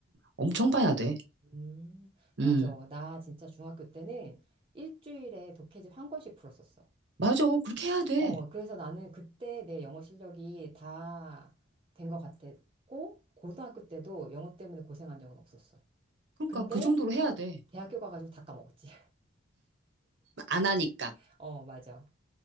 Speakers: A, on the right; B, on the right.
A: 엄청 봐야 돼.
B: 음, 맞아.
A: 응,
B: 나 진짜 중학교 때는 일주일에 독해집 한 권씩 풀었었어.
A: 맞아. 그렇게 해야 돼.
B: 어, 그래서 나는 그때 내 영어 실력이 다 된 것 같았고, 고등학교 때도 영어 때문에 고생한 적은 없었어.
A: 그러니까
B: 근데
A: 그 정도로 해야 돼.
B: 대학교 가가지고 다 까먹었지.
A: 안 하니까.
B: <laughs> 어, 맞아.